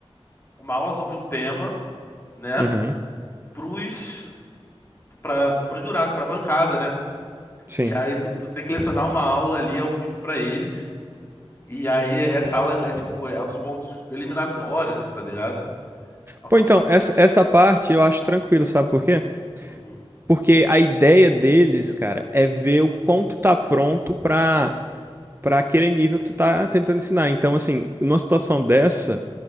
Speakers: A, on the left; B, on the right.
A: uma aula sobre um tema, né?
B: Uhum.
A: pros para os jurados, para a bancada, né?
B: Sim.
A: E aí tu, tu tem que lecionar uma aula ali ao vivo para eles. E aí essa aula é tipo, é um dos pontos eliminatórios, tá ligado? Aí Eu
B: Pô,
A: falo,
B: então, essa, essa parte eu acho tranquilo, sabe por quê?
A: uhum,
B: Porque a ideia deles, cara, é ver o quanto tá pronto pra, pra aquele nível que tu tá tentando ensinar. Então, assim, numa situação dessa...